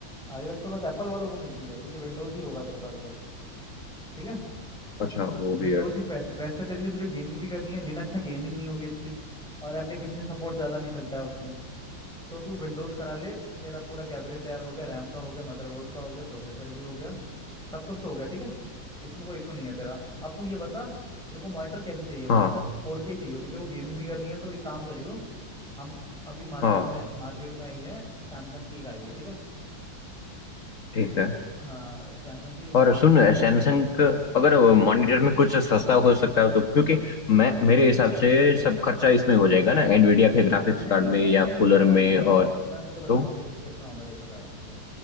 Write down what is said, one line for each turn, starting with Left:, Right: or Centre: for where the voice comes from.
Centre: iOS तो बस एप्पल वालों को मिलती है तुझे विंडोज़ ही होगा तेरे पास बस ठीक है
Left: अच्छा वो
Centre: विंडोज़
Left: भी है
Centre: ही फेस्ट बेस्ट है तेरे लिए तुझे गेमिंग भी करनी है लिनक्स में गेमिंग नहीं होगी अच्छी और एप्लीकेशन सपोर्ट ज़्यादा नहीं मिलता है उसमें तो तू विंडोज़ करा ले तेरा पूरा कैबिनेट तैयार हो गया रैम का हो गया मदरबोर्ड का हो गया प्रोसेसर भी हो गया सब कुछ तो हो गया ठीक है इसमें कोई इशू नहीं है तेरा अब तू ये बता तेरे को मॉनिटर कैसी चाहिए मॉनिटर
Left: हाँ
Centre: फोर के चाहिए होगी तेरे को गेमिंग भी करनी है तो एक काम करियो हम अभी मार्केट
Left: हाँ
Centre: में मार्केट में आई है सैमसंग की एक आई है ठीक है
Left: ठीक है
Centre: हाँ सैमसंग की
Left: और
Centre: नाम
Left: सुन सैमसंग अगर
Centre: हाँ
Left: मॉनिटर में कुछ सस्ता हो सकता हो तो क्योंकि मैं मेरे हिसाब से सब खर्चा इसमें हो जाएगा ना एनवीडिया के ग्राफिक्स
Centre: नहीं
Left: कार्ड
Centre: नहीं
Left: में या
Centre: नहीं नहीं
Left: कूलर
Centre: नहीं मैं
Left: में
Centre: मैं
Left: और
Centre: तुझे मैं तुझे बता
Left: तो
Centre: रहा हूँ कि, कितना होगा देख बता रहा हूँ तुझे